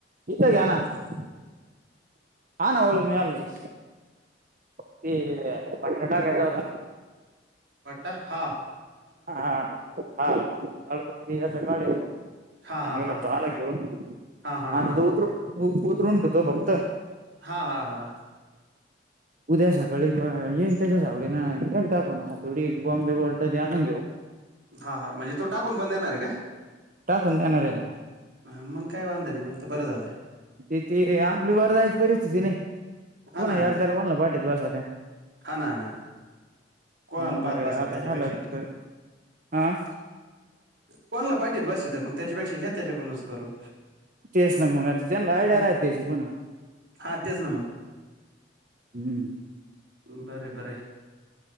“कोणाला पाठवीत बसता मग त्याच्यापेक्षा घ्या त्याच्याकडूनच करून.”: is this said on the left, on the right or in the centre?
Right